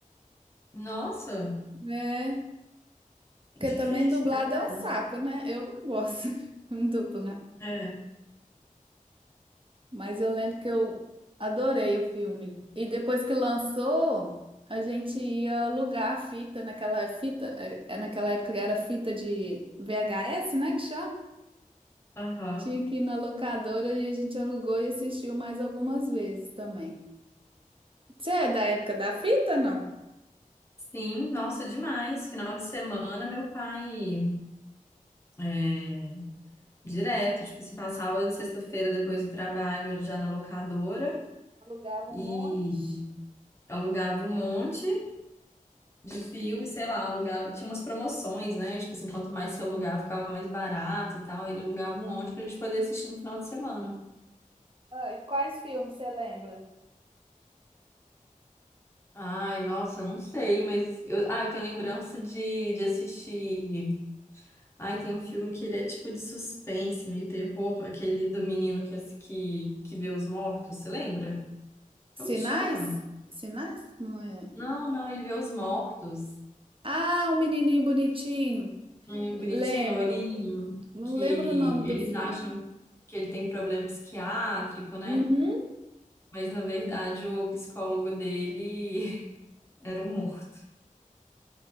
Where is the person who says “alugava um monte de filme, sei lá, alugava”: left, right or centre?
Left